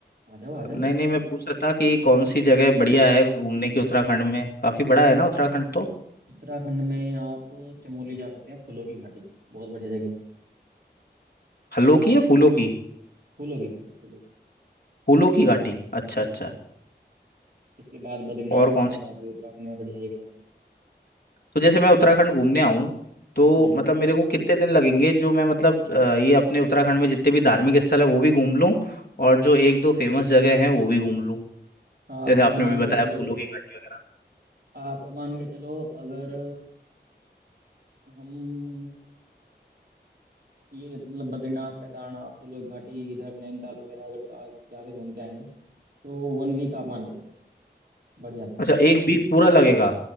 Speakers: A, on the right (about 60°); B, on the left (about 60°).
A: आ जाओ आ जाओ
B: नहीं नहीं मैं पूछ रहा था कि कौन सी जगह बढ़िया है घूमने की उत्तराखंड में काफी बड़ा है ना उत्तराखंड तो
A: उत्तराखंड में आप चमोली जा सकते हैं फूलों की घाटी बहुत बढ़िया जगह है
B: फलों की
A: ठीक
B: या
A: है
B: फूलों की
A: फूलों की घाटी फूलों की
B: फूलों की घाटी अच्छा अच्छा
A: हाँ इसके बाद बद्रीनाथ
B: और कौन
A: केदारनाथ भी उत्तराखंड में बढ़िया जगह है
B: तो जैसे मैं उत्तराखंड घूमने आऊं तो
A: हम्म
B: मतलब मेरे को कितने दिन लगेंगे जो मैं मतलब अ, ये अपने उत्तराखंड में जितने भी धार्मिक स्थल है वो भी घूम लूं और जो एक दो फेमस जगह है वो भी घूम लूं
A: आप
B: जैसे आपने
A: मान
B: अभी बताया
A: के चलो
B: फूलों की घाटी वगैरह
A: आप मान के चलो अगर हम ये मतलब बद्रीनाथ केदारनाथ फूलों की घाटी इधर नैनीताल वगैरह अगर जा, जाके घूम के आएंगे तो वन वीक आप मान के चलो बढ़िया से
B: अच्छा एक वीक पूरा लगेगा